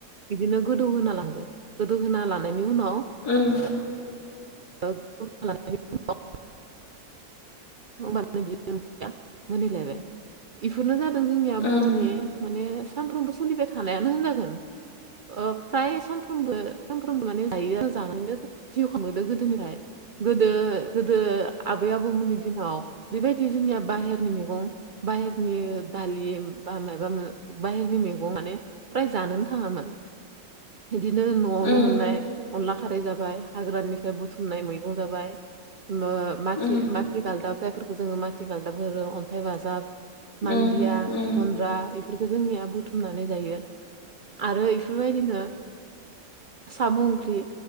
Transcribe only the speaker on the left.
उम।
ओम
ओम
ओम ओम
ओम
ओम